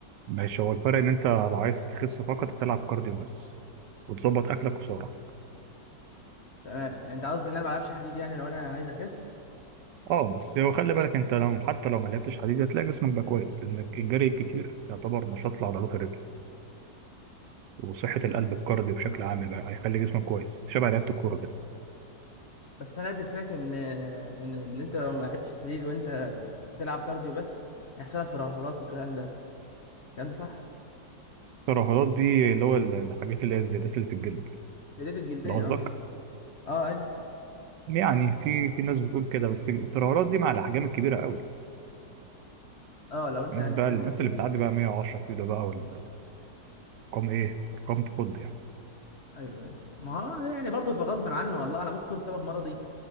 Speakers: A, on the right; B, on the left.
A: ماشي هو الفرق ان انت لو عايز تخس فقط تلعب كارديو بس وتظبط اكلك وسعراتك
B: تمام يعني انت قصدي ان انا ما العبش حديد يعني لو انا عايز اخس
A: اه بس هو خلي بالك انت لو حتى لو ما لعبتش حديد هتلاقي جسمك بقى كويس لان الجري الكتير يعتبر نشاط لعضلات الرجل وصحة القلب الكارديو بشكل عام بقى هيخلي جسمك كويس شبه لعبة الكورة كده
B: بس انا قبل سمعت ان ان اللي انت لو ما لعبتش حديد وانت بتلعب كارديو بس هيحصل لك ترهلات والكلام ده الكلام ده صح
A: الترهلات دي اللي هو الحاجات اللي هي الزيادات اللي في الجلد
B: ديت الجلديه
A: ده قصدك
B: اه اه ايوه
A: يعني في في ناس بتقول كده بس الترهلات دي مع الاحجام الكبيرة قوي
B: اه لو انت
A: الناس
B: يعني
A: بقى
B: حجمك
A: الناس
B: كبير
A: اللي بتعدي بقى 110 كيلو بقى والارقام ايه ارقام تخض يعني
B: ايوه ايوه ما هو ده يعني برضه يبقى غصب عنه والله انا ممكن يكون سبب مرضي